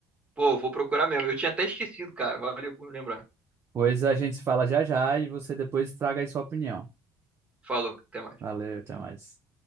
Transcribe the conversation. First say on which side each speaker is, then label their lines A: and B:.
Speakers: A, on the right; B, on the right.
A: Pô, vou procurar mesmo. Eu tinha até esquecido, cara. Valeu por lembrar.
B: Pois a gente se fala já já e você depois traga aí sua opinião.
A: Falou, até mais.
B: Valeu, até mais.